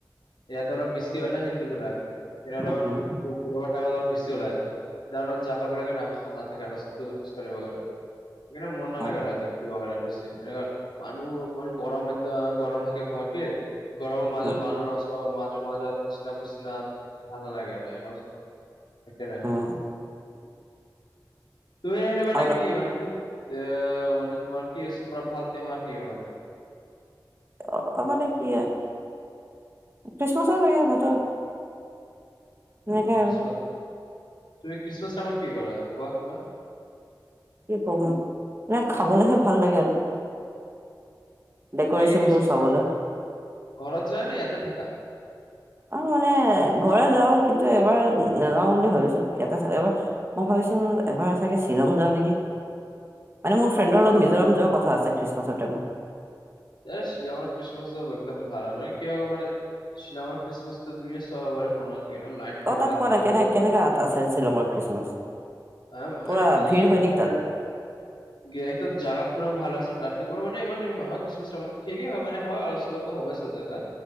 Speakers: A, on the left; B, on the right.
A: ইয়াতে অলপ বেছি হয় ন হিন্দু বিলাক <unintelligible>
B: উম,
A: বছি ওলায়ৰ জাগাব বিলাকে নাথাকে আৰু স্কে খোজ কাঢ়ি বাৰে সেইে মন নালাগে
B: উম,
A: আৰু এতে বেছি মনে <unintelligible> মানুহ মান গৰম এ গৰম থাকে ঘটে গৰমৰ
B: উম,
A: মাজত মানুহচচ মাজে মাজত পচিনা পচিনাত ভাল ন লাগে আৰু সেইকাৰণে
B: <unintelligible>
A: লৈ আহিলোঁ মানে
B: আৰু
A: কি মানে কি আহ মানে তোমাৰ কি ভাল হয়‌ কি তিয়হাৰ কি মানে
B: অ অ মানে কি খ্ৰীষ্টমাছৰ লাগৈ মইতো এনেকে
A: অ খ্ৰীচম
B: আৰু
A: তুমি খ্ৰীচমাছ টাইম কি কৰা কোৱা কিবা
B: কি কম আও খাবলৈহে ভাল লাগে আৰু ডেক'ৰেচনবোৰ
A: তুমি খ্ৰীষ্টমছ
B: চাবলৈ।
A: ঘৰত যায় না ইয়াতে থাকা
B: অ মানে ঘৰে যাও কিন্তু এবাৰ নাযাও বুলি ভাবিছো ইয়াতে এবাৰ মই ভাবিছো এবাৰ চাগে শ্বিলং যাওঁ নেকি মানে মোৰ ফ্ৰেণ্ডৰ লগত
A: অ
B: মিজোৰাম যোৱা কথা আছে খ্ৰীষ্টমাছৰ টাইমত।
A: এই শ্বিলঙৰ খ্ৰীষ্টমাছ একদম ভাল হয় মানে কি হ'ব পাৰে শ্বিলং খ্ৰীষ্টমাছ টো তুমিও চাবা পৰা ফোনত এইকেইটা লাইট <unintelligible>
B: অ তাত কোৱা নাই কেনে কেনেকা আছে শ্বিলঙৰ খ্ৰীষ্টমাছ।
A: অহ
B: পুৰা
A: আৰে কি
B: ভিৰ
A: ইমান
B: হয় নেকি তাত
A: <unintelligible> এই জাগা খনে ভাল আছে ট্ৰেফিক কৰ মানে ইমান নহয় কিছু ঠিকেই হয় মানে হয় অলপ চলপ ত সবই জেগাই।